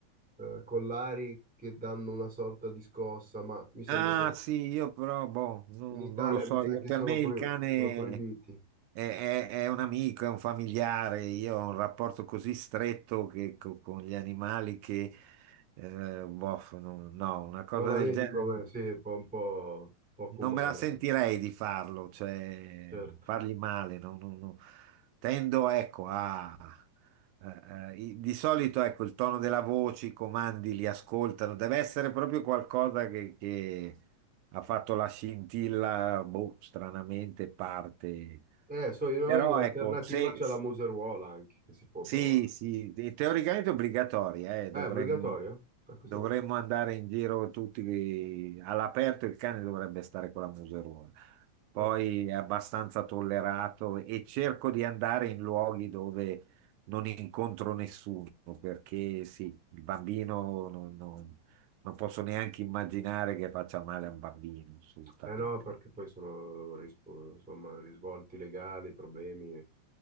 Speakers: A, in the centre; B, on the right.
A: eh, collari che danno una sorta di scossa, ma mi sembra
B: Ah
A: che
B: sì, io però, boh, no-
A: in Italia
B: non lo so,
A: mi sa
B: io-
A: che
B: per
A: sono,
B: me
A: pro-
B: il cane
A: sono proibiti.
B: è, è- è un amico, è un familiare, io ho un rapporto così stretto che, co- con gli animali che, eh, boh, no, no, una cosa
A: Non la
B: del
A: vedi
B: genere
A: come? Sì, è po- un po' poco
B: non
A: umano,
B: me la sentirei di farlo, cioè
A: certo.
B: fargli male, no, no, no. Tendo, ecco, a eh, eh, i- di solito, ecco, il tono della voce, i comandi li ascoltano, deve essere proprio qualcosa che, che ha fatto la scintilla, boh, stranamente parte.
A: Eh, so io
B: Però
A: noi l'alternativa
B: ecco, se,
A: c'è la museruola anche, che si può
B: sì,
A: provare.
B: sì, te- teoricamente è obbligatoria, eh, dovremmo,
A: Eh, è obbligatoria? Ah, questo
B: dovremmo
A: no.
B: andare in giro tutti all'aperto, il cane dovrebbe stare con la museruola. Poi
A: Ah.
B: è abbastanza tollerato e cerco di andare in luoghi dove non incontro nessuno, perché sì, il bambino non, non- non posso neanche immaginare che faccia male a un bambino, assolutamente.
A: Eh no, perché poi sono rispo- insomma, risvolti legali, problemi e,